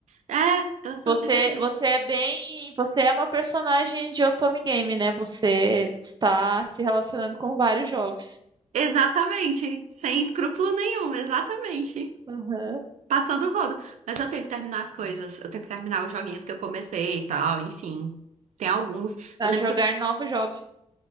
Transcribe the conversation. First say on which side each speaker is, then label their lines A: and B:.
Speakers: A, on the right; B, on the right.
A: É, eu sou
B: Você,
A: sem vergonha.
B: você é bem. Você é uma personagem de Otome Game, né? Você está se relacionando com vários jogos.
A: Exatamente, sem escrúpulo nenhum, exatamente.
B: Uhum.
A: Passando o rodo. Mas eu tenho que terminar as coisas. Eu tenho que terminar os joguinhos que eu comecei e tal, enfim. Tem alguns.
B: A
A: Eu lembro
B: jogar
A: que eu...
B: novos jogos.